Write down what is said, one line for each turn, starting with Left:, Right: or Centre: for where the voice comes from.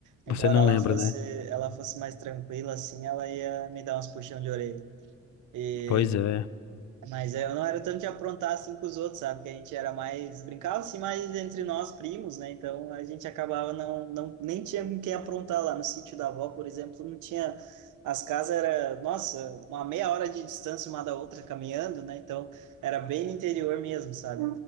Right: Embora
Left: Você não
Right: ela
Left: lembra,
Right: fosse,
Left: né?
Right: ela fosse mais tranquila, assim, ela ia me dar uns puxão de orelha. E,
Left: Pois é.
Right: mas eu não era tanto de aprontar assim com os outros, sabe? Que a gente era mais, brincava assim mais entre nós primos, né? Então a gente acabava não, não nem tinha com quem aprontar lá no sítio da avó, por exemplo, não tinha, as casas era, nossa, uma meia hora de distância uma da outra caminhando, né? Então era bem no interior mesmo, sabe?